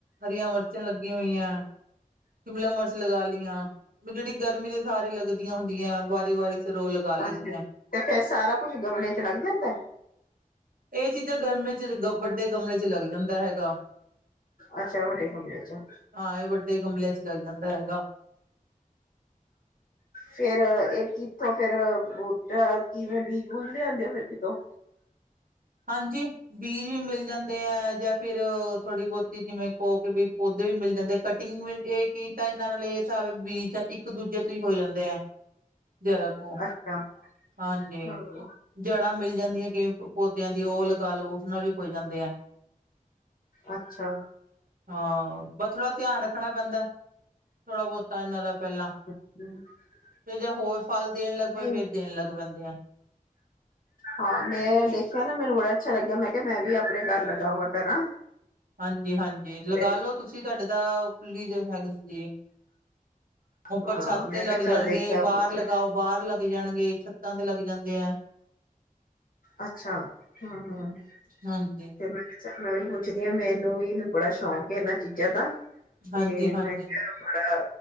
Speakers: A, on the right; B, on the left.
A: ਹਰੀਆਂ ਮਿਰਚਾਂ ਲੱਗੀਆਂ ਹੋਈਆਂ। ਸ਼ਿਮਲਾ ਮਿਰਚ ਲਗਾ ਲਈਆਂ ਵੀ ਜਿਹੜੀ ਗਰਮੀ ਤੇ ਸਾਰੀ ਲਗਦੀਆਂ ਹੁੰਦੀਆਂ ਵਾਰੀ-ਵਾਰੀ ਫਿਰ ਉਹ ਲਗਾ ਲਈ
B: ਅੱਛਾਜੀ,
A: ਦੀਆਂ
B: ਤੇ ਫੇਰ ਸਾਰਾ ਕੁੱਛ ਗਮਲੇ ਲੱਗ ਜਾਂਦਾ?
A: ਇਹ ਚੀਜ਼ਾਂ ਗਰਮੀ 'ਚ' ਵੱਡੇ ਗਮਲੇ 'ਚ' ਲੱਗ ਜਾਂਦਾ ਹੈਗਾ।
B: ਅੱਛਾ, ਵੱਡੇ ਗਮਲੇ 'ਚ'
A: ਹਾਂ, ਇਹ ਵੱਡੇ ਗਮਲਿਆਂ 'ਚ' ਲੱਗ ਜਾਂਦਾ ਹੈਗਾ।
B: ਫੇਰ ਇਹ ਕਿੱਥੋਂ? ਫਿਰ ਬੂਟਾ ਕਿਵੇਂ ਬੀਜ- ਬੂਜ ਲਿਆਂਦੇ ਆ ਫਿਰ ਕਿਤੋਂ
A: ਹਾਂਜੀ, ਬੀਜ ਵੀ ਮਿਲ ਜਾਂਦੇ ਆ ਜਾਂ ਫਿਰ ਥੋੜ੍ਹੀ ਬਹੁਤ ਜਿਵੇਂ ਕਹੁ ਵੀ ਪੌਦੇ ਵੀ ਮਿਲ ਜਾਂਦੇ ਕਟਿੰਗ ਵੀ ਇਹ ਕਈ ਤਾਂ ਇਹਨਾਂ ਨਾਲ਼ ਇਹ ਤਾਵੇਂ ਬੀਜ਼ ਇੱਕ ਦੂਜੇ ਤੋਂ ਹੀ ਹੋ ਜਾਂਦੇ ਹੈ। ਜ਼ਰਾ ਹਾ
B: ਅੱਛਾ
A: ਹਾਂਜੀ
B: ਹੂੰ
A: ਜੜ੍ਹਾਂ ਮਿਲ ਜਾਂਦੀਆਂ ਕਿਵੇਂ ਪੌਦਿਆਂ ਦੀ ਉਹ ਲਗਾ ਲਓ ਉਹੇਦ ਨਾਲ਼ ਵੀ ਹੋ ਜਾਂਦੇ ਆ।
B: ਅੱਛਾ
A: ਹਾਂ ਬਸ ਥੋੜ੍ਹਾ ਧਿਆਨ ਰੱਖਣਾ ਪੈਂਦਾ। ਥੋੜ੍ਹਾ ਬਹੁਤਾ ਇਹਨਾਂ ਦਾ ਪਹਿਲਾਂ
B: <inaudible>
A: ਤੇ ਜੇ ਹੋਰ ਫ਼ਲ ਦੇਣ ਲੱਗ ਪਏ
B: ਨਹੀਂ
A: ਫ਼ੇਰ ਦੇਣ ਲੱਗ ਪੈਂਦੇ ਆ।
B: ਹਾਂ ਮੈਂ ਦੇਖਿਆਂ ਨਾ ਮੈਂਨੂੰ ਬੜਾ ਅੱਛਾ ਲੱਗਿਆਂ ਮੈਂ ਕਿਹਾ ਮੈਂ ਵੀ ਆਪਣੇ ਘਰ ਲਗਾਵਾਂ ਕਰਾਂ।
A: ਹਾਂਜੀ ਹਾਂਜੀ ਲਗਾ
B: ਤੇ
A: ਲੋ ਤੁਸੀਂ ਤੁਹਾਡੇ ਤਾਂ ਖੁੱਲ੍ਹੀ ਜਗ੍ਹਾ ਹੁੰਦੀ ਐ। ਉੱਪਰ
B: ਹਾਂ
A: ਛੱਤ
B: ਮੈਂ
A: ਤੇ ਲੱਗ
B: ਕਿਹਾ ਚੱਲ
A: ਜਾਣਗੇ
B: ਦੇਖਿਆ ਪੁੱਛਾਂ
A: ਬਾਹਰ ਲਗਾਓ। ਬਾਹਰ ਲੱਗ ਜਾਣਗੇ ਛੱਤਾਂ ਤੇ ਲੱਗ ਜਾਂਦੇ ਐ।
B: ਅੱਛਾ ਹਾ
A: ਹਾਂਜੀ,
B: ਤੇ ਚਲ ਮੈਂ ਵੀ ਪੁੱਛਦੀ ਆ ਮੈਂਨੂੰ ਵੀ ਬੜਾ ਸ਼ੌਕ ਏ ਇਹਨਾਂ ਚੀਜ਼ਾਂ ਦਾ ਤੇ
A: ਹਾਂਜੀ, ਹਾਂਜੀ, ਹਾਂਜੀ,
B: ਮੈਂ ਕਿਹਾ ਬੜਾ